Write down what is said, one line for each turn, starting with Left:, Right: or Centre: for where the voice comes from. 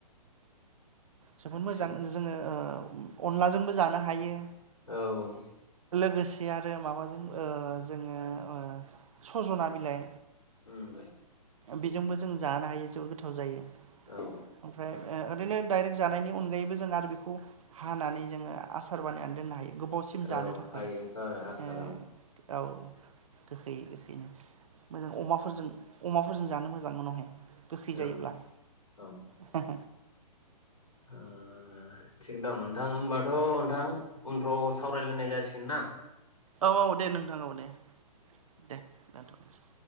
Right: जोबोद मोजां
Left: थिग
Right: जोङो ओ औ अनलाजोंबो जानो हायो।
Left: औ
Right: लोगोसे आरो माबाजों ओ जोङो ओ सजना बिलाइ
Left: उम
Right: बेजोंबो जों जानो हायो जोबोद गोथाव जायो
Left: औ
Right: ओमफ्राय ओ ओरैनो दाइरेक्ट जानायनि अनगायैबो जों आरो बेखौ हानानै जोङो आसार बानायनानै दोननो हायो। गोबावसिम
Left: औ
Right: जानो थाखाय
Left: हायोथ' आरो आसार
Right: ओ
Left: औ
Right: औ गोखै गोखैनो मोजां अमाफोरजों। अमाफोरजों जानो मोजां उनावहाय गोखै
Left: औ
Right: जायोब्ला
Left: औ
Right: <unintelligible>
Left: ओ थिग दं नोंथां होनबाथ' नोंथां उनफ्राव सावरायलायनाय जासिगोन ना?
Right: औ औ दे नोंथां औ दे दे दानथ'नोसै